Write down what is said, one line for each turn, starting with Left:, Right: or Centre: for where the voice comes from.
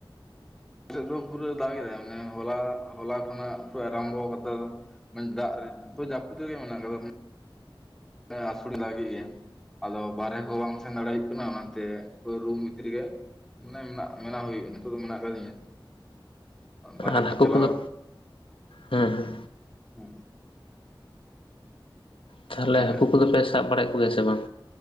Centre: ᱥᱮᱫ ᱫᱚ ᱯᱩᱨᱟᱹ ᱫᱟᱜ ᱮᱫᱟᱭ ᱢᱟᱱᱮ ᱦᱚᱞᱟ ᱦᱚᱞᱟ ᱠᱷᱚᱱᱟᱜ ᱯᱩᱨᱟᱹ ᱟᱨᱟᱢᱵᱚ ᱠᱟᱫᱟ ᱢᱟᱱᱮ ᱫᱟᱜ ᱨᱮ ᱡᱟᱹᱯᱩᱫ ᱨᱮᱜᱮ ᱢᱮᱱᱟᱜ ᱠᱟᱫᱟ᱾ <inaudible> ᱫᱟᱜ ᱜᱮᱜᱟ ᱟᱫᱚ ᱵᱟᱦᱨᱮ ᱠᱚ ᱵᱟᱝ ᱥᱮᱱ ᱫᱟᱲᱮ ᱦᱩᱭᱩᱜ ᱠᱟᱱᱟ ᱚᱱᱟᱛᱮ ᱨᱩᱢ ᱵᱷᱤᱛᱤᱨ ᱜᱮ ᱢᱟᱱᱮ ᱵᱮᱱᱟᱣ ᱦᱩᱭᱩᱜᱼᱟ ᱱᱤᱛᱚᱜ ᱫᱚ ᱢᱮᱱᱟᱜ ᱠᱟᱫᱤᱧᱟ ᱵᱟᱦᱨᱮ
Left: ᱟᱨ
Centre: ᱦᱚᱸ
Left: ᱦᱟᱹᱠᱩ
Centre: ᱪᱟᱞᱟᱣ
Left: ᱠᱚᱫᱚ ᱦᱮᱸ ᱦᱮᱸ
Centre: ᱦᱩ
Left: ᱛᱟᱦᱚᱞᱮ
Centre: ᱦᱮᱸ
Left: ᱦᱟᱠᱳ ᱠᱚᱫᱚ ᱯᱮ ᱥᱟᱵ ᱵᱟᱲᱟᱭᱮᱫ ᱠᱚᱜᱮᱭᱟ ᱥᱮ ᱵᱟᱝ?